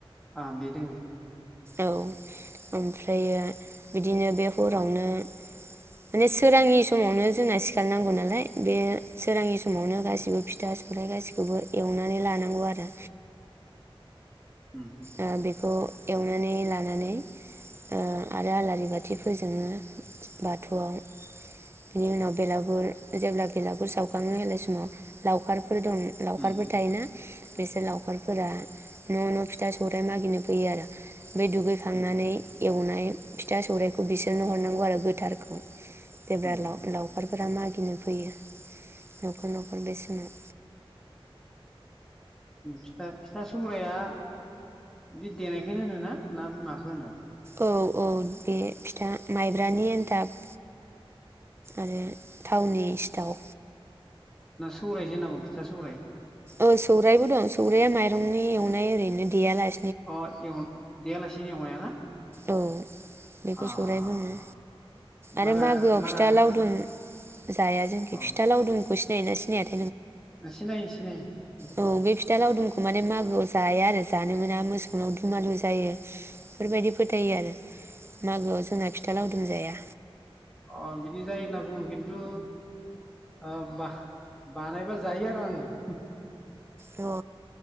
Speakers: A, in the centre; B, on the right (about 25°).
A: आ बे दोङो।
B: औ ओमफ्रायो बिदिनो बे हरावनो माने सोरांनि समावनो जोंना सिखार नांगौ नालाय बे सोराङी समावनो गासिबो फिथा सौरायाइ गासिबो बेखौबो एवनानै लानांगौ आरो।
A: उम उम
B: ओ बेखौ एवनानै लानानै ओ आरो आलारि बाथि फोजोंङो। बाथौआव। बिनि उनाव बेलागुर जेब्ला बेलागुर सावखाङो होनाय समाव लावखार फोर दं लावखारफोर
A: उम
B: थायोना। बिसोर लावखारफोरा न न फि था सौराइ मागिनो फैयो आरो। बे दुगैखांनानै
A: उम
B: एवनानै ओमफ्राय फिथा सौराइखौ बिसोरनो हरनांगौ आरो गोथारखौ। <unintelligible>
A: उम
B: नखरा मागिनो फैयो नखर नखर बे समाव।
A: फिथा फिथा सौरायाया बे देनायखनो होनोना ना माखौ होनो?
B: औ औ बे फिथा माइब्रानि एन्थाब आरो थावनि सिथाव।
A: ना सौराय जे होनना बुं फिथा सौराय।
B: औ सौरायाइबो दं सौरायाइया माइरंनि एवनाय ओरैनो देआलाय
A: अ एवन देयालासि दिनि अनाया ना?
B: औ बेखौ
A: अ
B: सौराय बुङो
A: अ बारा
B: आरो मागोआव
A: बारा
B: फिथा लावदुम। जाया जोंखि
A: अ
B: फिथा लावदुमखौ सिनायोना सिनाया
A: सिनायो सिनायो।
B: औ बे फिथा लावदुमखौ माने मागोआव जाया आरो जानो मोना मोसौनाव दुमालु जायो बेफोरबायदि फोथायो आरो मागोआव जोंना फिथा लावदुम जाया।
A: अ बिदि जायो होनना बुङो खिन्थु ओ बाह बानायबा जायो आरो आङो।
B: अ ओ